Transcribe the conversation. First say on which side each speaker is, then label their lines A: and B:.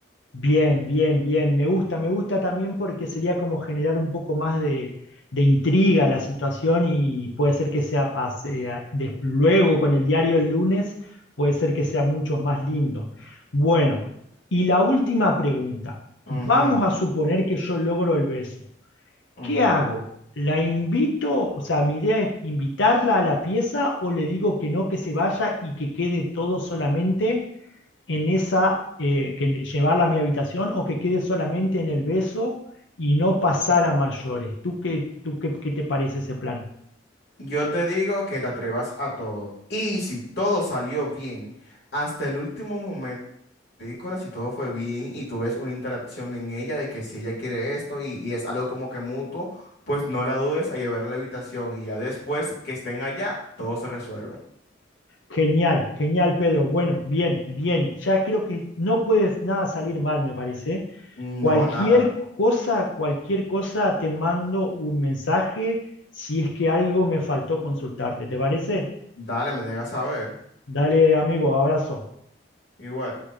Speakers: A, on the left (about 80°); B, on the left (about 60°).
A: Bien, bien, bien. Me gusta, me gusta también porque sería como generar un poco más de, de intriga a la situación y puede ser que sea, pas- eh, de- luego con el diario el lunes, puede ser que sea mucho más lindo. Bueno, y la última pregunta.
B: Ujú,
A: Vamos a suponer que yo logro el beso.
B: ujú.
A: ¿Qué hago? ¿La invito? O sea, mi idea es invitarla a la pieza o le digo que no, que se vaya y que quede todo solamente en esa, eh, que llevarla a mi habitación o que quede solamente en el beso y no pasar a mayores. ¿Tú qué, tú qué, qué te parece ese plan?
B: Yo te digo que te atrevas a todo. Y si todo salió bien, hasta el último momento de la película, si todo fue bien y tú ves una interacción en ella de que si ella quiere esto y, y es algo como que mutuo, pues no la dudes a llevarla a la habitación y ya después que estén allá, todo se resuelve.
A: Genial, genial, Pedro. Bueno, bien, bien. Ya creo que no puedes nada salir mal, me parece.
B: No,
A: Cualquier
B: nada.
A: cosa, cualquier cosa, te mando un mensaje si es que algo me faltó consultarte. ¿Te parece?
B: Dale, me dejas saber.
A: Dale, amigo, abrazo.
B: Igual.